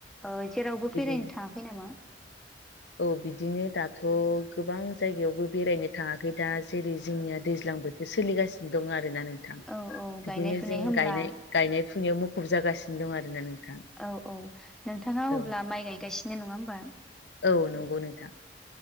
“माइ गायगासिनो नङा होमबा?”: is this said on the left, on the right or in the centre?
Centre